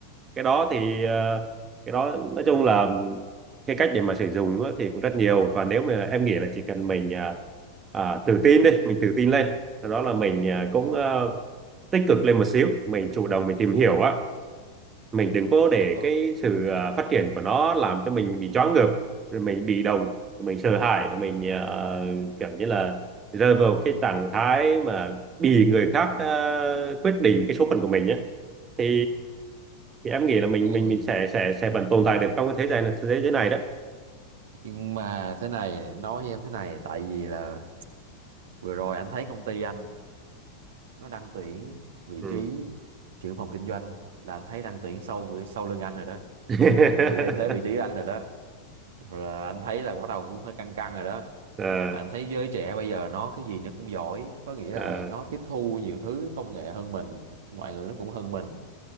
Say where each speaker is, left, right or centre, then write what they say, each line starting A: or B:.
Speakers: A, on the right; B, on the right.
A: cái đó thì ờ, cái đó nói chung là cái cách để mà sử dụng á, thì cũng rất nhiều và nếu mà em nghĩ là chỉ cần mình à, à, tự tin đi mình tự tin lên sau đó là mình à, cũng à, tích cực lên một xíu mình chủ động mình tìm hiểu á mình đừng có để
B: Ồ,
A: cái sự à, phát triển của nó làm cho mình bị choáng ngợp rồi mình bị động mình sợ hãi rồi mình à, kiểu như là rơi vào cái trạng thái mà bị người khác à, quyết định cái số phận của mình nhé thì thì em nghĩ là mình
B: ôi
A: mình mình sẽ sẽ sẽ vẫn tồn tại được trong cái thế giới này thế giới này đó
B: nhưng mà thế này nè, nói với em thế này tại vì là vừa rồi anh thấy công ty anh nó đang tuyển vị
A: ừ.
B: trí trưởng phòng kinh doanh là anh thấy đang tuyển sau sau lưng anh rồi đó
A: <laughs>
B: là chuẩn bị thay thế vị trí anh rồi đó rồi là anh thấy là bắt đầu cũng hơi căng căng rồi đó
A: à,
B: mà anh thấy giới trẻ bây giờ nó cái gì nó cũng giỏi có nghĩa là
A: à,
B: nó tiếp thu nhiều thứ công nghệ hơn mình ngoại ngữ nó cũng hơn mình